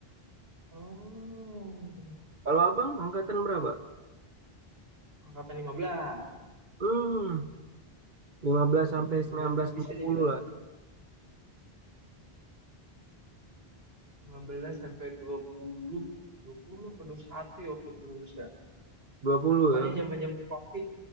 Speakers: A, on the right; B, on the right.
A: Oh,
B: kalau abang angkatan berapa
A: angkatan 15.
B: hmm lima
A: Hmm,
B: belas sampai sembilan
A: beda
B: belas
A: tipis
B: dua
A: aja
B: puluh
A: kita.
B: lah
A: 15 sampai 20. 20 atau dua puluh satu ya waktu itu lulus ya.
B: dua puluh
A: Pokoknya
B: ya
A: zaman-zaman COVID.